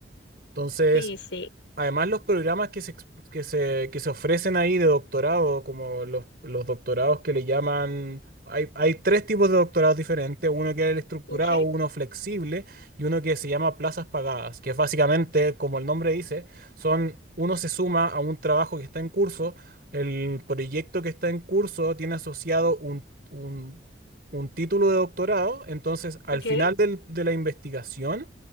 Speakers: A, on the right; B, on the left.
A: Entonces,
B: Sí, sí.
A: además los programas que se, ex- que se, que se ofrecen ahí de doctorado, como los, los doctorados que le llaman, hay, hay tres tipos de doctorados diferentes, uno que es el estructurado,
B: Ok,
A: uno flexible y uno que se llama plazas pagadas, que básicamente, como el nombre dice, son, uno se suma a un trabajo que está en curso, el proyecto que está en curso tiene asociado un... un un título de doctorado, entonces al
B: ok.
A: final del- de la investigación